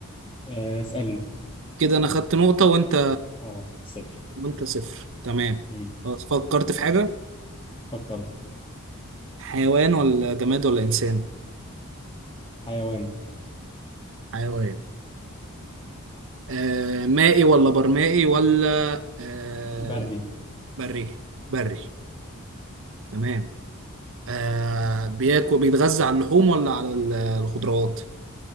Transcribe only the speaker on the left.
آه اسالني
اه صفر
امم
فكرت
حيوان
بري